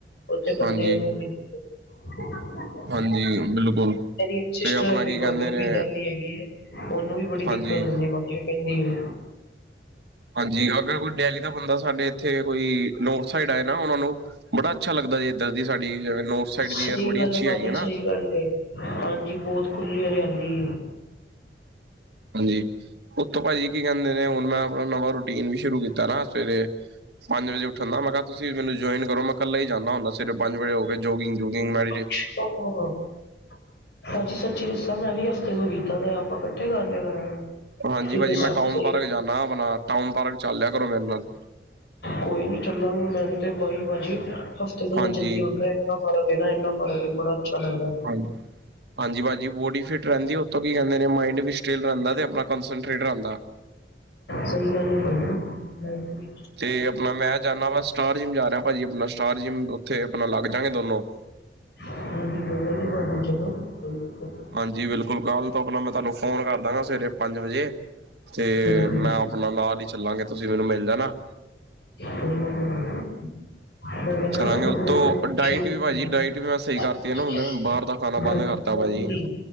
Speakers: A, on the left; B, on the right.
A: ਉੱਥੇ ਬੰਦਿਆਂ
B: ਹਾਂਜੀ
A: ਨੂੰ ਬੜੀ ਦਿੱਕਤ। ਕਿ ਨਾ ਕੁਣਾ
B: ਹਾਂਜੀ ਬਿਲਕੁਲ
A: ਮੇਰੀ ਇਕ ਸਿਸਟਰ
B: ਤੇ ਆਪਣਾ
A: ਹੈਗੀ
B: ਕੀ
A: ਭਾਜੀ
B: ਕਹਿੰਦੇ
A: ਉਹ
B: ਨੇ
A: ਵੀ ਦਿੱਲੀ ਹੈਗੀ ਹੈ, ਉਹਨੂੰ ਵੀ ਬੜੀ ਦਿੱਕਤ
B: ਹਾਂਜੀ
A: ਹੁੰਦੀ ਹੈ ਭਾਜੀ, ਉਹ ਕਹਿੰਦੀ ਹੈ।
B: ਹਾਂਜੀ ਅਗਰ ਕੋਈ ਦਿੱਲੀ ਦਾ ਬੰਦਾ ਸਾਡੇ ਇੱਥੇ ਕੋਈ ਨੋਰਥ ਸਾਈਡ ਆਏ ਨਾ ਉਹਨਾਂ ਨੂੰ ਬੜਾ ਅੱਛਾ ਲੱਗਦਾ ਜੀ, ਇੱਧਰ ਦੀ ਸਾਡੀ ਜਿ ਨੋਰਥ ਸਾਈਡ ਦੀ
A: ਸਹੀ
B: ਬੜੀ
A: ਗੱਲ
B: ਅੱਛੀ
A: ਭਾਜੀ
B: ਹੈਗੀ ਹੈ ਨਾ।
A: ਸਹੀ ਗੱਲ ਹਾਂਜੀ ਬਹੁਤ ਖੁੱਲੀ ਹੈ ਹਰਿਆਲੀ
B: ਹਾਂਜੀ, ਉੱਥੋਂ ਭਾਜੀ ਕੀ ਕਹਿੰਦੇ ਨੇ, ਹੁਣ ਮੈਂ ਆਪਣਾ ਨਵਾਂ ਰੂਟੀਨ ਵੀ ਸ਼ੁਰੂ ਕੀਤਾ ਨਾ ਸਵੇਰੇ। ਪੰਜ ਵਜੇ ਉਠਣ ਦਾ, ਮੈਂ ਕਿਹਾ ਤੁਸੀਂ ਮੈਨੂੰ ਜੁਆਇਨ ਕਰੋ ਮੈਂ ਕੱਲਾ ਹੀ ਜਾਂਦਾ ਹੁੰਦਾ। ਸਵੇਰੇ ਪੰਜ ਵਜੇ ਹੋ ਕੇ ਜੋਗਿੰਗ ਜੂਗਿੰਗ ਮ
A: ਹਾਂ ਭਾਜੀ ਸੱਚੀ ਦੱਸਾਂ ਮੈਂ ਵੀ ਹਫ਼ਤੇ ਤੋਂ ਕੀਤਾ ਤੇ ਆਪਾਂ ਇਕੱਠੇ ਕਰ ਲਿਆ ਕਰਾਂਗੇ।
B: ਹਾਂਜੀ
A: ਤੁਸੀਂ
B: ਭਾਜੀ
A: ਦੱਸੋ
B: ਮੈਂ
A: ਤਾਂ
B: ਟਾਊਨ
A: ਸਹੀ
B: ਪਾਰਕ ਜਾਂਦਾ ਆਪਣਾ, ਟਾਊਨ ਪਾਰਕ ਚੱਲ ਲਿਆ ਕਰੋ ਮੇਰੇ ਨਾਲ
A: ਕੋਈ ਨੀ ਚੱਲਾਂਗੇ ਮੈਂ ਤੇ ਬਾਈ ਭਾਜੀ ਹਫ਼ਤੇ ਤੋਂ
B: ਹਾਂਜੀ
A: ਮੈਂ ਜਲਦੀ ਉਠ ਇੰਨਾ ਫਰਕ ਹੈ ਨਾ ਇੰਨਾ ਬੜਾ ਅੱਛਾ ਲੱਗਦਾ
B: ਹਾਂਜੀ ਹਾਂਜੀ ਭਾਜੀ ਬੋਡੀ ਫਿਟ ਰਹਿੰਦੀ ਕੀ ਕਹਿੰਦੇ ਨੇ ਮਾਇੰਡ ਵੀ ਸਟੇਲ ਰਹਿੰਦਾ, ਤੇ ਆਪਣਾ ਕੰਸਟਰੇਟ ਰਹਿੰਦਾ।
A: ਸਹੀ ਗੱਲ ਹੈ ਭਾਜੀ, ਮੈਂ ਤੇ ਬੀ
B: ਤੇ ਆਪਣਾ ਮੈਂ ਜਾਂਦਾ ਵਾ ਸਟਾਰ ਜਿੰਮ ਜਾ ਰਿਹਾ, ਭਾਜੀ ਆਪਣਾ ਸਟਾਰ ਜਿੰਮ ਉੱਥੇ ਆਪਣਾ ਲੱਗ ਜਾਗੇ ਦੋਨੋ।
A: ਹਾਂਜੀ, ਕੋਈ ਗੱਲ ਨੀ ਭਾਜੀ ਚੱਲੋ ਕੋਈ ਦਿੱਕਤ ਨਹੀਂ।
B: ਹਾਂਜੀ ਬਿਲਕੁਲ, ਕੱਲ ਤੋਂ ਆਪਣਾ ਮੈਂ ਤੁਹਾਨੂੰ ਫੋਨ ਕਰ ਦਾਂਗਾ ਸਵੇਰੇ ਪੰਜ ਵਜੇ ਤੇ
A: ਨਹੀਂ
B: ਮੈਂ
A: ਹਾਂਜੀ
B: ਆਪਣਾ ਨਾਲ ਹੀ ਚੱਲਾਂਗੇ ਤੁਸੀਂ ਮੈਨੂੰ ਮਿਲ ਲੈਣਾ।
A: <unintelligible>
B: ਕਰਾਂਗੇ ਉਤੋਂ ਡਾਇਟ ਵੀ ਭਾਜੀ ਡਾਇਟ ਵੀ ਮੈਂ ਸਹੀ ਕਰਤੀ ਹੈ ਨਾ ਹੁਣ ਬਾਹਰ ਦਾ ਖਾਣਾ ਬੰਦ ਕਰਤਾ ਭਾਜੀ।
A: ਬ <unintelligible>